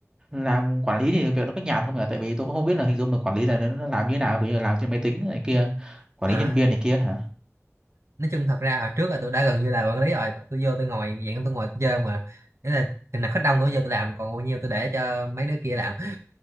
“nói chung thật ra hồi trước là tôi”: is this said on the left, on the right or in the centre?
Right